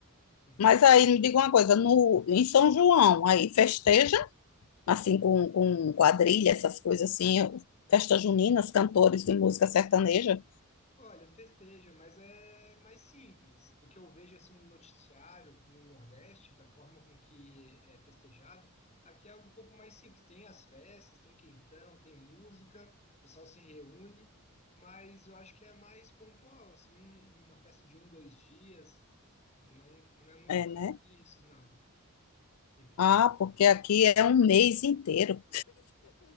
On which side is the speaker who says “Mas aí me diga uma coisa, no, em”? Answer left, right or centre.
Left